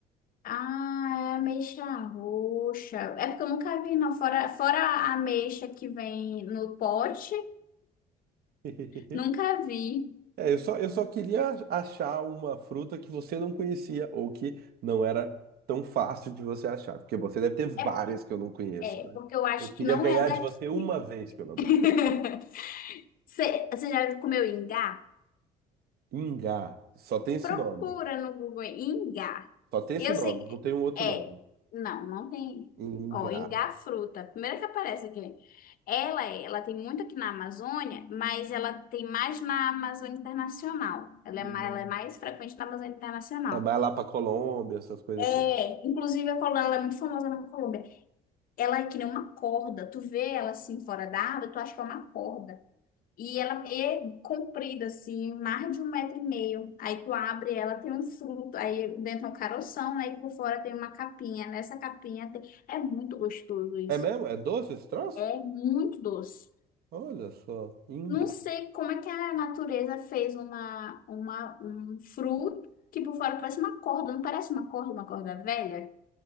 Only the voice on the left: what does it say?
Ah, é ameixa roxa. É porque eu nunca vi, não. Fora, fora a ameixa que vem no pote.
Nunca vi.
É,
é,
porque eu acho
que não
é daqui.
<laughs> Você você já comeu ingá?
Procura
no Google ingá.
Eu
sei
que
é.
Não, não tem.
Ó, ingá fruta, primeira que aparece aqui. Ela é, ela tem muito aqui na Amazônia, mas ela tem mais na Amazônia Internacional. Ela
é mais, ela é mais frequente na Amazônia Internacional.
É,
inclusive a Colômbia, ela é muito famosa na Colômbia. Ela é que nem uma corda. Tu vê ela assim fora da água, tu acha que é uma corda. E ela é comprida, assim, mais de um metro e meio. Aí tu abre ela, tem um fruto, aí dentro é um caroção, né? E por fora tem uma capinha. Nessa capinha tem... é muito gostoso isso.
É muito doce.
Não sei como é que a natureza fez uma, uma, um fruto que por fora parece uma corda, não parece uma corda, uma corda velha?